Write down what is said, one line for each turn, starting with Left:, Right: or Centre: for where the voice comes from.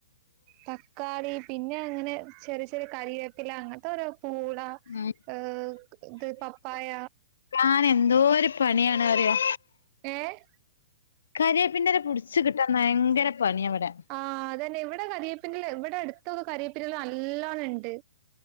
Right: തക്കാളി പിന്നെ അങ്ങനെ ചെറിയ ചെറിയ കറിവേപ്പില അങ്ങനത്തെ ഓരോ പൂള
Left: ഉം
Right: ഏഹ് ഇത് പപ്പായ
Left: ഞാൻ എന്തോരു പണിയാണ്‌ അറിയോ
Right: ഏഹ്
Left: കരിയേപ്പിൻയില പിടിച്ച് കിട്ടാൻ ഭയങ്കര പണിയാവിടെ
Right: ആഹ് അത് തന്നെ ഇവിടെ കരയേപ്പല് ഇവിടെ അടുത്തൊക്കെ കരിയേപ്പില നല്ലോണംണ്ട്